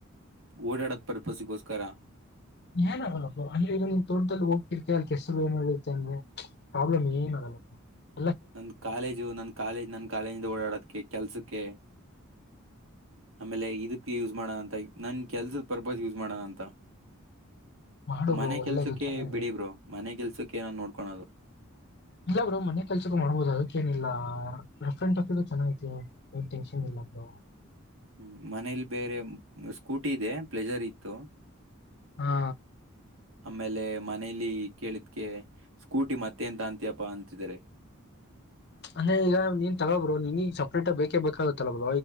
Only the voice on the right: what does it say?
ಓಡಾಡೋದ ಪರ್ಪಸ್ಗೋಸ್ಕರ
ನನ್ ಕಾಲೇಜು ನನ್ ಕಾಲೇಜ್ ನನ್ ಕಾಲೇಜಿಂದ ಓಡಾಡೋದಕ್ಕೆ ಕೆಲ್ಸಕ್ಕೆ ಆಮೇಲೆ ಇದಕ್ಕೆ ಯೂಸ್ ಮಾಡ ಅಂತ ನನ್ ಕೆಲ್ಸದ ಪರ್ಪಸ್ ಯೂಸ್ ಮಾಡೋಣ ಅಂತ
ಮನೆ
ಕೆಲ್ಸಕ್ಕೆ
ಬಿಡಿ ಬ್ರೋ ಮನೆ ಕೆಲ್ಸಕ್ಕೆ ನ ನೋಡ್ ಕೊಳ್ಳೋದು
ಹ್ಮ್ ಮನೇಲಿ ಬೇರೆ ಸ್ಕೂಟಿ ಇದೆ ಪ್ಲಜರ್ ಇತ್ತು
ಆಮೇಲೆ ಮನೇಲಿ ಕೇಳಿದ್ಕ ಸ್ಕೂಟಿ ಮತ್ತೆ ಎಂತ ಅಂತಿಯಪ್ಪಾ ಅಂತಿದ್ದಾರೆ